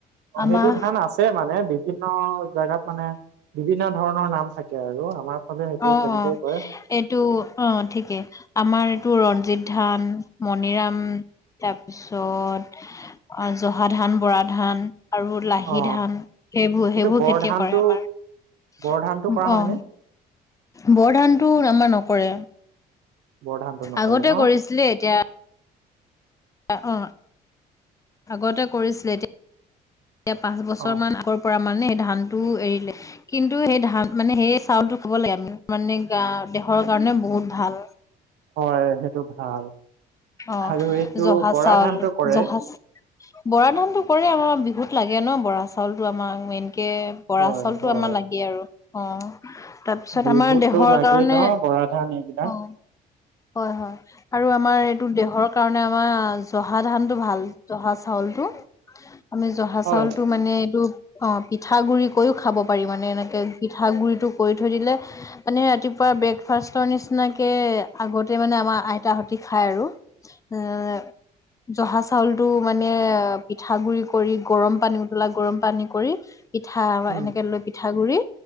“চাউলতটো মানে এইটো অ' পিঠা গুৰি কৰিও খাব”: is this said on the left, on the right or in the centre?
Left